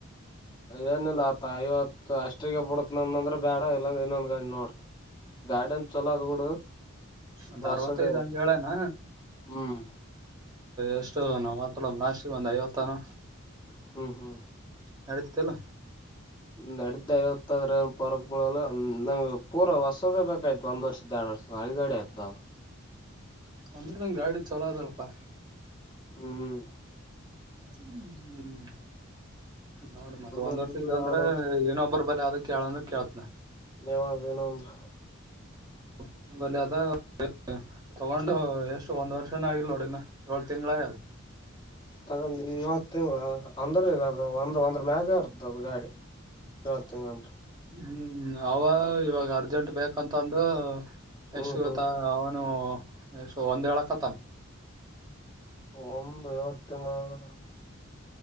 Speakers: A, on the left; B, on the right.
A: ಏನ ಇಲ್ಲ ಆತ್ತ ಐವತ್ತು ಅಷ್ಟಿಗೆ ಬಿಡತ್ನಂದ ಅಂದ್ರ ಬ್ಯಾಡ ಇಲ್ಲಾಂದ್ರ ಇನ್ನೊಂದ್ ಗಾಡಿ ನೋಡ್ <inaudible> ಗಾಡೇನ್ ಚೊಲೋ ಅದ ಬೂಡು
B: ಒಂದ್
A: ಹೊಸದ
B: ಅರವತ್ತೈದ್ ಹಂಗ ಹೇಳೇನ
A: ಹ್ಮ್
B: ಎಷ್ಟು ನಾ ಮಾತ್ರ ಲಾಸ್ಟ್ಗೇ ಒಂದ್ ಐವತ್ತನ
A: ಹ್ಮ್ ಹ್ಮ್
B: ನಡೀತತಿಲ್ಲ
A: ನಡ್ದ ಐವತ್ತಾದ್ರ ಏನ್ ಪರಕು ಬೀಳೋಲ್ಲ ನಂಗ್ ಪೂರಾ ಹೊಸದೇ ಬೇಕಾಗಿತ್ತು ಒಂದ್ ವರ್ಷದ ದ್ಯಾ <unintelligible>
B: ಅಂದ್ರೆ ನಂಗ್ ಗಾಡಿ ಚಲೋ ಅದಲ್ಪಾ
A: ಹ್ಮ್
B: ಹ್ಮ್ ನೋಡ್ ಮತ್ತ ಒಂದ್
A: ವರ್ಷದ್ದು
B: ವರ್ಷದ್ದ ಅಂದ್ರ
A: ಎರಡ್ ವರ್ಷ
B: ಏನೊಬ್ಬರ ಬಲೆೆ ಅದಿ ಕೇಳನ ಕೇಳ್ತನಿ
A: ನೀವ ವಿನೋಂದ್ರ
B: <unintelligible> ತಗೊಂಡು ಎಷ್ಟು ಒಂದ್ ವರ್ಷನ ಆಗಿಲ್ ನೋಡಿನ ಏಳ್ ತಿಂಗಳಾಗ್ಯಾದ
A: ತಗೊಂಡ್ ಏಳ್ ತಿಂಗಳ ಅಂದ್ರ ಈಗದ ಒಂದ್ ಒಂದ್ರ ಮ್ಯಾಗ ಇರ್ತದ ಗಾಡಿ ಏಳ್ ತಿಂಗಳಂದ್ರ
B: ಹ್ಮ್ ಅವ ಇವಾಗ ಅರ್ಜೆಂಟ್ ಬೇಕಂತಂದು
A: ಹ್ಮ್
B: ಎಷ್ಟು ಇವತ್ತ
A: ಹ್ಮ್
B: ಅವ ಇನ್ನು ಎಷ್ಟು ಒಂದ ಹೇಳಾಕತ್ತಾನ
A: ಒಂದು ಏಳ ತಿಂಗಳು ಅಂದ್ರ